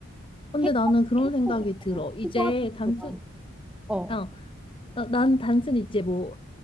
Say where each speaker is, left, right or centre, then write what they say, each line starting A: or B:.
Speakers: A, on the left; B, in the centre.
A: 근데
B: 행복,
A: 나는 그런
B: 행복이
A: 생각이
B: 더
A: 들어. 이제
B: 필요한 게더
A: 단순,
B: 나은 어.
A: 어, 어, 난 단순히 이제 뭐